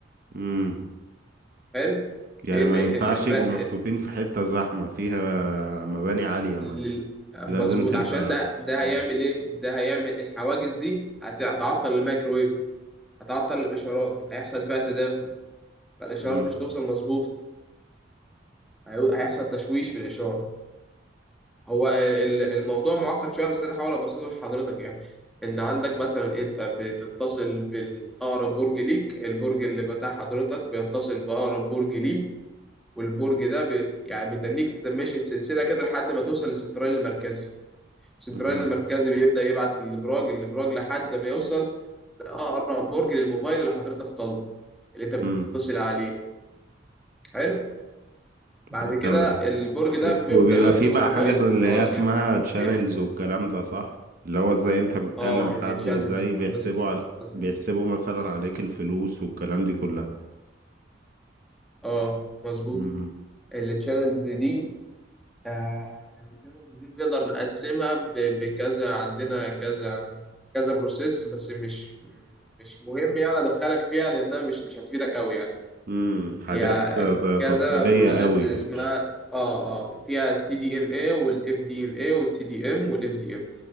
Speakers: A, on the right; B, in the centre.
A: امم
B: حلو
A: يعني
B: لان
A: ما
B: ال-
A: ينفعش
B: الما...
A: يبقوا محطوطين في حتة زحمة فيها مباني عالية مثلا
B: ال- مظبوط
A: لازم تبقى
B: عشان ده ده هيعمل
A: امم
B: ايه ده هيعمل الحواجز دي هت- هتعطل المايكرويف هتعطل الاشارات هيحصل فيها تداخل فالاشارات
A: امم
B: مش هتوصل مظبوط هيو- هيحصل تشويش في الاشاره هو ال- الموضوع معقد شويه بس انا هحاول ابسطه لحضرتك يعني ان عندك مثلا انت بتتصل بالاقرب برج ليك البرج اللي بتاع حضرتك بيتصل باقرب برج ليه والبرج ده بي يعني بيتنيك تتماشي في سلسله كده لحد ما توصل للسنترال المركزي السنترال
A: امم
B: المركزي بيبدا يبعت للابراج الابراج لحد ما يوصل لاقرب برج للموبايل اللي حضرتك طالبه اللي انت بتتصل
A: امم
B: عليه حلو بعد
A: آه،
B: كده
A: تمام
B: البرج ده
A: و-
B: بيبدا
A: وبيبقى
B: يطلب
A: فيه بقى
B: الموبايل
A: حاجة اللي
B: وخلاص
A: هي اسمها
B: كده
A: channels
B: بيحصل
A: والكلام ده صح اللي هو ازاي انت بتكلم
B: اه التشانلز
A: حد وازاي بيحسبوا
B: مظبوط
A: على
B: مظبوط
A: بيحسبوا مثلا عليك الفلوس والكلام دي كلها
B: اه مظبوط
A: امم
B: التشانلز دي آه التشانلز دي بنقدر نقسمها ب- بكذا عندنا كذا كذا بروسيس بس مش مش مهم يعني ادخلك فيها لانها مش مش هتفيدك قوي يعني
A: امم حاجات
B: هي
A: ت-
B: كذا
A: تفصيلية
B: بروسيس
A: قوي
B: اسمها
A: مش
B: اه اه فيها تي دي ام اي والاف دي ام اي والتي دي ام والاف دي ام